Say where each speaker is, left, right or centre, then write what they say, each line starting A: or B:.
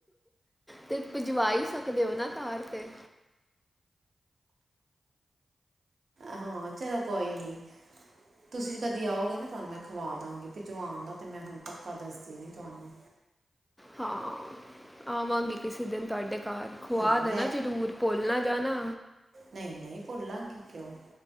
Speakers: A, in the centre; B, on the right.
A: ਤੇ ਭਿਜਵਾ ਹੀ ਸਕਦੇ ਹੋ ਨਾ ਘਰ ਤੇ।
B: ਆਹ, ਚਲੋ ਕੋਈ ਨੀ। ਤੁਸੀਂ ਕਦੀ ਆਓਗੇ ਨਾ ਤੁਹਾਨੂੰ ਮੈਂ ਖਵਾਦਾਂਗੀ ਭਿਜਵਾਨ ਦਾ ਤੇ ਮੈਂ ਪੱਕਾ ਦੱਸਦੀ ਨੀ ਤੁਹਾਨੂੰ।
A: ਹਾਂ। ਆਵਾਂਗੀ ਕਿਸੇ ਦਿਨ ਤੁਹਾਡੇ ਘਰ ਖੁਵਾ
B: ਹਾਂ
A: ਦੇਨਾ ਜਰੂਰ ਭੁੱਲ ਨਾ ਜਾਣਾ।
B: ਨਹੀ-ਨਹੀ ਭੁੱਲਾਂਗੀ ਕਿਉਂ।